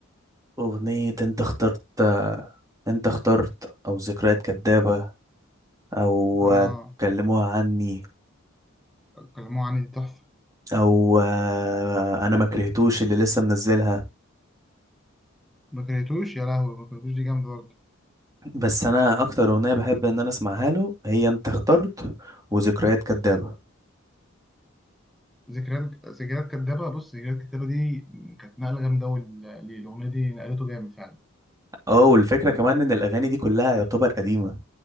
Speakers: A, on the right; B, in the centre.
A: أغنية انت اخترت آه انت اخترت او ذكريات كدابة او
B: اه
A: آه كلموها عني
B: كلموه عني دي تحفة
A: او آه انا ما كرهتوش اللي لسه منزلها
B: ما كرهتوش يا لهوي ما كرهتوش دي جامدة برضه
A: بس انا اكتر اغنيه بحب ان انا اسمعها له هي انت اخترت وذكريات كدابه
B: ذكريات ذكريات كدابة بص ذكريات كدابة دي كانت نقلة جامدة أوي لل- للأغنية دي نقلته جامد فعلا
A: اه والفكره
B: اه
A: كمان ان الاغاني دي كلها يعتبر قديمه